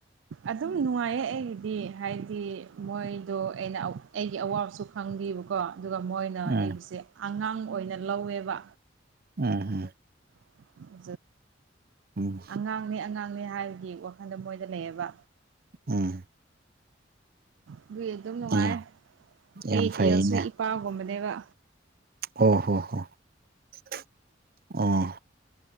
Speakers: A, on the right; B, on the right.
A: ꯑꯗꯨꯝ ꯅꯨꯡꯉꯥꯏꯌꯦ ꯑꯩꯒꯤꯗꯤ ꯍꯥꯏꯗꯤ ꯃꯣꯏꯗꯣ ꯑꯩꯅ ꯑꯩꯒꯤ ꯑꯋꯥꯕꯁꯨ ꯈꯪꯗꯕꯀꯣ ꯑꯗꯨꯒ ꯃꯣꯏꯅ
B: ꯎꯝ
A: ꯑꯩꯕꯨꯁꯦ ꯑꯉꯥꯡ ꯑꯣꯏꯅ ꯂꯧꯋꯦꯕ꯫
B: ꯎꯝꯝ
A: <unintelligible>
B: ꯎꯝ ꯎꯝ
A: ꯑꯉꯥꯡꯅꯦ ꯑꯉꯥꯡꯅꯦ ꯍꯥꯏꯔꯗ ꯋꯥꯈꯜꯗꯨ ꯃꯣꯏꯗ ꯂꯩꯌꯦꯕ
B: ꯎꯝ
A: ꯑꯗꯨꯏ ꯑꯗꯨꯝ ꯅꯨꯡꯉꯥꯏ
B: ꯌꯥꯝ ꯌꯥꯝ
A: ꯑꯩ
B: ꯐꯩꯅꯦ
A: ꯇꯁꯨ ꯏꯄꯥꯒꯨꯝꯕꯅꯦꯕ
B: ꯑꯣ ꯍꯣ ꯍꯣ <unintelligible> ꯑꯣ